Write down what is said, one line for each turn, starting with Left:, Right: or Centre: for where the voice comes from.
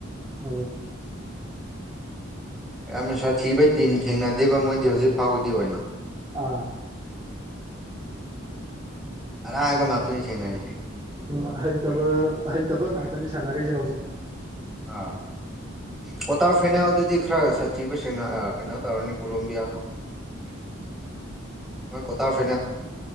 Right: ꯎꯝ
Centre: ꯌꯥꯝꯅ ꯁꯥꯊꯤꯕꯩ ꯇꯤꯝ ꯊꯦꯡꯅꯗꯦꯕ ꯃꯣꯏꯗꯤ ꯍꯧꯖꯤꯛ ꯐꯥꯎꯕꯗꯤ ꯑꯣꯏꯅ
Right: ꯑꯥ
Centre: ꯑꯔꯥꯏꯕ ꯉꯥꯛꯇꯅꯤ ꯊꯦꯡꯅꯔꯤꯁꯦ
Right: ꯎꯝ ꯍꯩꯇꯕ ꯑꯍꯩꯇꯕ ꯉꯥꯛꯇꯅꯤ ꯁꯥ ꯁꯅꯩꯖꯦ ꯍꯧꯖꯤꯛ
Centre: ꯑꯥ ꯀ꯭ꯋꯥꯇꯔ ꯐꯥꯏꯅꯦꯜꯗꯗꯤ ꯈꯔ ꯁꯥꯊꯤꯕ ꯁꯦꯡꯅ ꯀꯩꯅꯣ ꯇꯧꯔꯅꯤ ꯀꯣꯂꯣꯝꯕꯤꯌꯥꯒ
Right: <inaudible>
Centre: ꯃꯣꯏ ꯀꯣꯇꯔ ꯐ